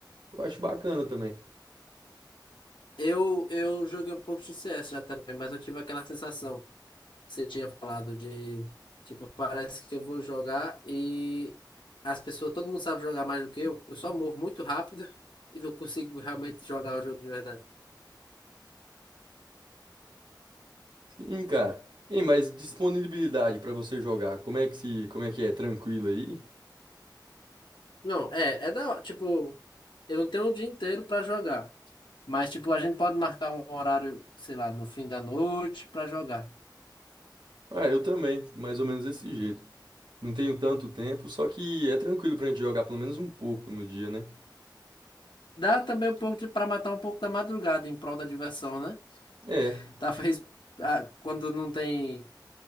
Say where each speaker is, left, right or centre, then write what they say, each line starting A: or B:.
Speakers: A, on the right (about 75°); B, on the left (about 80°).
A: Eu acho bacana também.
B: Eu, eu joguei um pouco de CS já também, mas eu tive aquela sensação que você tinha falado de, tipo, parece que eu vou jogar e as pessoas, todo mundo sabe jogar mais do que eu. Eu só morro muito rápido e não consigo realmente jogar o jogo de verdade.
A: Sim, cara. Ei, mas disponibilidade pra você jogar, como é que se, como é que é? Tranquilo aí?
B: Não, é, é da, tipo, eu não tenho o dia inteiro pra jogar. Mas, tipo, a gente pode marcar um horário, sei lá, no fim da noite pra jogar.
A: Ah, eu também, mais ou menos desse jeito. Não tenho tanto tempo, só que é tranquilo pra gente jogar pelo menos um pouco no dia, né?
B: Dá também um pouco de, pra matar um pouco da madrugada em prol da diversão, né?
A: É,
B: Talvez ah, quando não tem,